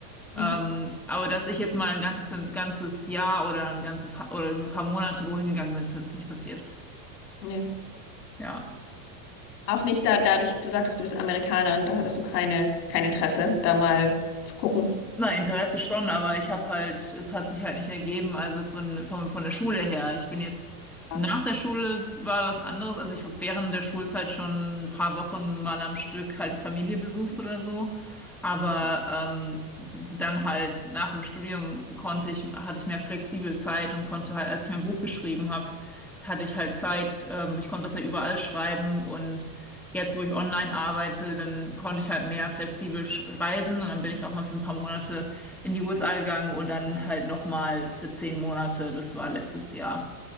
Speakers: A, on the left; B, in the centre.
A: Mhm.
B: Ähm, aber dass ich jetzt mal ein ganzes, ein ganzes Jahr oder ein ganzes Ha- oder ein paar Monate wohin gegangen bin, ist jetzt nicht passiert.
A: Nee.
B: Ja.
A: Auch nicht da, dadurch, du sagtest, du bist Amerikanerin, da hattest du keine, kein Interesse, da mal zu gucken.
B: Na, Interesse schon, aber ich habe halt, es hat sich halt nicht ergeben, also von, von, von der Schule her. Ich bin jetzt,
A: Ja,
B: nach der Schule war was anderes, also ich habe während der Schulzeit schon ein paar Wochen mal am Stück halt die Familie besucht oder so. Aber ähm, dann halt nach dem Studium konnte ich, hatte ich mehr flexibel Zeit und konnte halt, als ich mein Buch geschrieben habe, hatte ich halt Zeit, ähm, ich konnte das ja überall schreiben und Jetzt, wo ich online arbeite, dann konnte ich halt mehr flexibel sch- reisen und dann bin ich auch mal für ein paar Monate in die USA gegangen und dann halt nochmal für zehn Monate. Das war letztes Jahr.